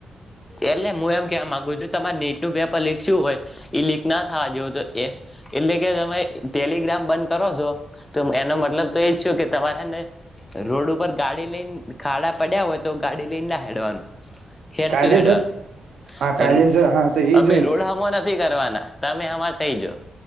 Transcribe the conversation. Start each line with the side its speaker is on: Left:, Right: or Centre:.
Left: એટલે હું એમ કેવા માગુ છું તમારે નેટ નું પેપર લીખસું હોય એ લીક ના થવા જેવું તો એ એટલે કે તમે ટેલિગ્રામ બંધ કરો છો. તો એનો મતલબ તો એજ છ કે તમારે ને રોડ ઉપર ગાડી લઈને ખાડા પડ્યા હોય તો ગાડી લઈને ના હેડવાનું. ખેડવાનું
Right: કાયદેસર હા કાયદેસર હા તો એ
Left: અમે
Right: જોઈ ને
Left: રોડમો નથી કરવાના. તમે આમાં થઈ જો.